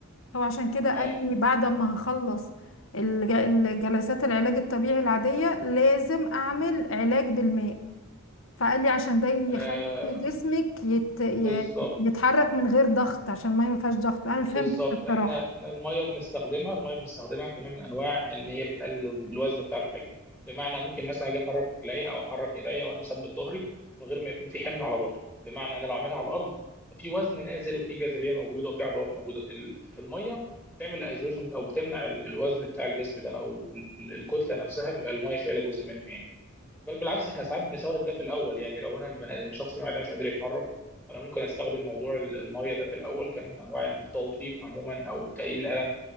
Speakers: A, on the left (about 60°); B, in the centre.
A: هو عشان كده
B: اه,
A: قال لي بعد ما هخلص الج... الجلسات العلاج الطبيعي العادية لازم اعمل علاج بالماء فقال لي عشان ده يخلي
B: آه
A: جسمك يت... ي-
B: بالظبط
A: يتحرك من غير ضغط عشان الميه ما ينفعش ضغط انا ما
B: بالظبط
A: فهمتش بصراحة
B: احنا احنا الميه بنستخدمها الميه بنستخدمها كنوع من انواع ان هي بتقلل الوزن بتاع الحاجه بمعنى ممكن مثلا اجي احرك رجليا او احرك ايديا وانا مثبت ظهري من غير ما يكون في حمل على ظهري بمعنى انا لو عاملها على الارض ففي وزن نازل وفي جاذبيه موجوده وفي عضلات موجوده ال- في الميه بتعمل ايزوليشن او بتمنع ال- الوزن بتاع الجسم ده او ال- الكتله نفسها بيبقى الميه شايله جزء منها يعني بل بالعكس احنا ساعات بنستخدم ده في الاول يعني لو انا البناء الشخص اللي معده مش قادر يتحرك انا ممكن استخدم موضوع ال- الميه ده في الاول كنوع من انواع التلطيف عموما او تقليل الالم